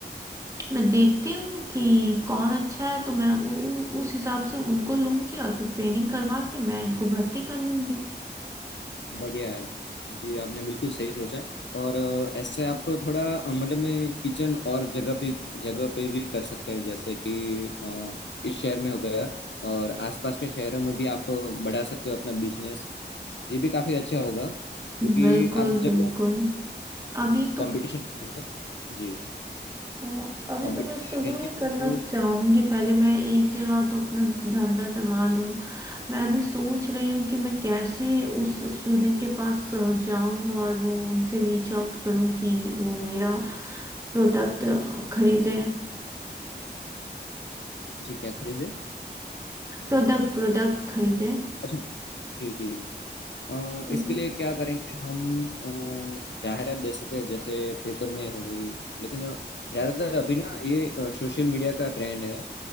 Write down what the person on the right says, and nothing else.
मैं देखती हूँ कि कौन अच्छा है तो मैं उ, उ, उस हिसाब से उनको लूंगी और फिर ट्रेनिंग करवा के मैं इनको भर्ती कर लूंगी
बिल्कुल
बिल्कुल अभी तो
हाँ, अभी
तो मैं शुरू
ही
करना
चाहूंगी पहले मैं एक जगह तो अपना धंधा जमा लूं मैं अभी सोच रही हूँ कि मैं कैसे उस स्टूडेंट के पास अ, जाऊं और वो उनसे रीच आउट करूं कि वो मेरा प्रोडक्ट खरीदे
प्रोडक्ट प्रोडक्ट खरीदे
इम,